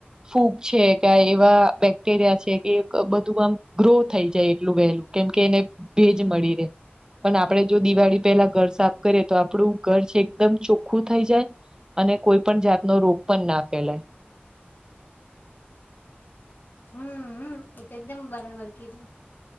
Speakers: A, on the right (about 20°); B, on the left (about 55°).
A: ફૂગ છે કે એવા બેક્ટેરિયા છે કે એક બધું આમ ગ્રો થઈ જાય એટલું વહેલું. કેમ કે એને ભેજ મળી રે. પણ આપડે જો દિવાળી પેલા ઘર સાફ કરીએ તો આપડું ઘર છે એકદમ ચોખ્ખું થઈ જાય. અને કોઈ પણ જાતનો રોગ પણ ના ફેલાય.
B: હમ એ તો એકદમ બરાબર કીધું.